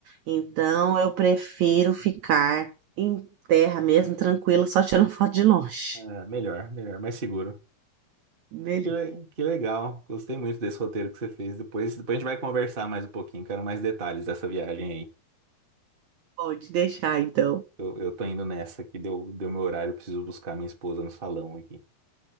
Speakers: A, on the right; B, on the right.
A: Então, eu prefiro ficar em terra mesmo, tranquila, só tirando <laughs> foto de longe.
B: é, melhor, melhor, mais seguro.
A: Melhor.
B: Que, le- que legal. Gostei muito desse roteiro que você fez. Depois, depois a gente vai conversar mais um pouquinho. Quero mais detalhes dessa viagem aí.
A: Pode deixar, então.
B: Eu, eu tô indo nessa que deu, deu meu horário. Preciso buscar minha esposa no salão aqui.